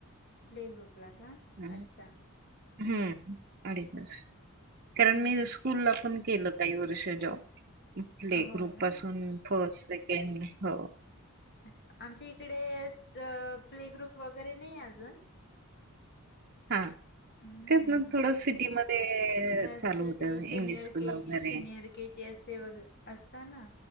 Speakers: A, on the left; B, on the right.
A: प्ले ग्रुपला का?
B: <unintelligible>
A: अच्छा
B: हम्म अडीच वर्षाला कारण
A: हो
B: मी स्कूलला पण केलं काही वर्ष जॉब प्ले
A: हो
B: ग्रुप
A: ना
B: पासून फस्ट, सेकेंड हो.
A: अच्छा, आमच्या इकडे स अ प्ले ग्रुप वगैरे नाहीये अजून.
B: हा.
A: हम्म
B: तेच ना थोडं सिटी मध्ये
A: नर्सरी
B: चालू होतं
A: junior
B: English school
A: K
B: वगैरे
A: G सिनियर के जे एस ए वगैरे असताना.